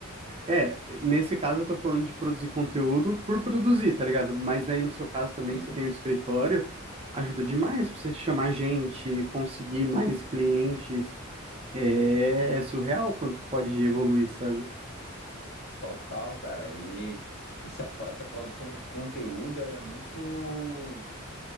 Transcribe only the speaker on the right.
É, nesse caso eu tô falando de produzir conteúdo por produzir, tá ligado? Mas aí no seu caso também,
que você tem o escritório, ajuda demais pra você chamar gente, conseguir mais clientes. É, é surreal quanto pode evoluir, sabe?